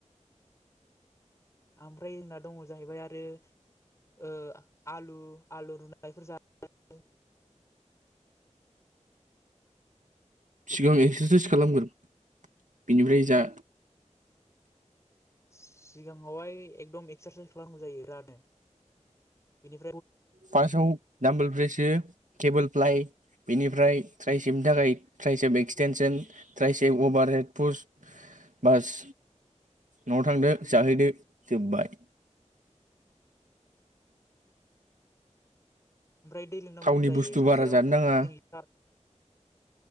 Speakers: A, on the left (about 25°); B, on the right (about 85°).
A: आमफ्राय जोंना दङ जाहैबाय आरो ओ आलु आलु रुनायफोर जा <unintelligible>
B: सिगां एक्सारसाइस खालामगोर बेनिफ्राय जा
A: सिगाङावहाय एकदम एक्सारसाइस खालामनांगौ जायो <unintelligible> रानो बेनि
B: फार्स्टआव दामबोल ब्रेसो केेबोल फ्लाइ बेनिफ्राय ट्राय सेबनि थाखाय ट्राय सेब एक्सटेनसन ट्राय सेब अभार हेडपस्ट बास न'आव थांदो जाहैदो जोब्बाय
A: ओमफ्राय दै लोंनांगौ
B: थावनि
A: जायो
B: बुस्थु
A: सानसेयाव
B: बारा जानो नाङा
A: तिन लिटार